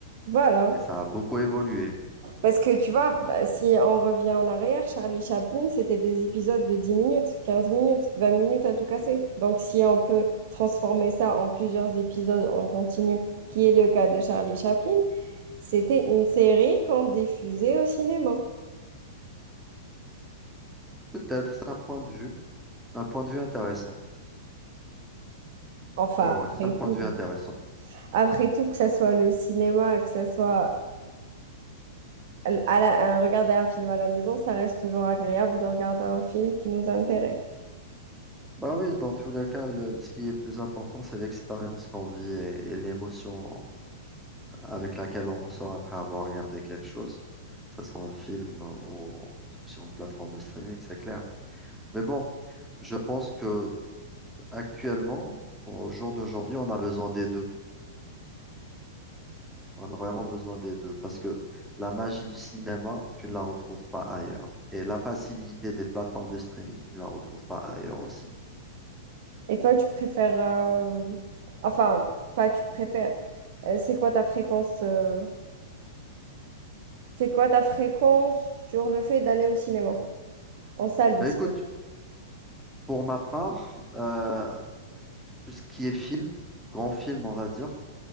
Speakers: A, on the right; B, in the centre.
A: Voilà.
B: mais ça a beaucoup évolué.
A: Parce que tu vois, bah, si on revient en arrière, Charlie Chaplin, c'était des épisodes de 10 minutes, 15 minutes, 20 minutes à tout casser. Donc si on peut transformer ça en plusieurs épisodes en continu, qui est le cas de Charlie Chaplin, c'était une série qu'on diffusait au cinéma.
B: Peut-être, c'est un point de vue, un point de vue intéressant.
A: Enfin,
B: Ouais,
A: après
B: ouais, c'est un point
A: tout,
B: de vue intéressant.
A: après tout, que ça soit le cinéma, que ça soit à la- à regarder un film à la maison, ça reste toujours agréable de regarder un film qui nous intéresse.
B: Bah oui, dans tous les cas, le- ce qui est le plus important, c'est l'expérience qu'on vit et, et l'émotion avec laquelle on ressort après avoir regardé quelque chose, que ce soit un film ou sur une plateforme de streaming, c'est clair. Mais bon, je pense que actuellement, au jour d'aujourd'hui, on a besoin des deux. On a vraiment besoin des deux parce que la magie du cinéma, tu ne la retrouves pas ailleurs. Et la facilité des plateformes de streaming, tu ne la retrouves pas ailleurs aussi.
A: Et toi, tu préfères... euh, Enfin, pas tu préfères. euh, c'est quoi ta fréquence euh, C'est quoi ta fréquence sur le fait d'aller au cinéma? En salle de
B: Bah
A: cinéma.
B: écoute, pour ma part, euh, Tout ce qui est film, grand film, on va dire,